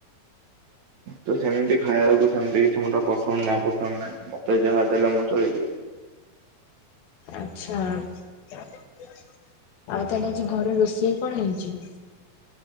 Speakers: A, on the right; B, on the left.
A: ମତେ ସେମିତି ଖାଇବାକୁ ସେମିତି କିଛି ମୋରେ ପସନ୍ଦ ନା ପସନ୍ଦ ନାହିଁ ମତେ ଯାହା ଦେଲେ ମୋର ଚଳିଯିବ।
B: ଆଚ୍ଛା ଆଉ ତାହେଲେ ଆଜି ଘରେ ରୋଷେଇ କଣ ହେଇଚି?